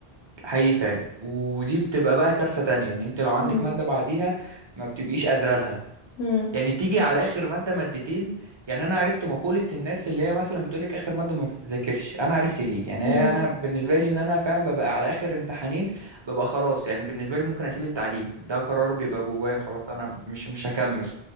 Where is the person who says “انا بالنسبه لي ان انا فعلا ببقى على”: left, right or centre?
Right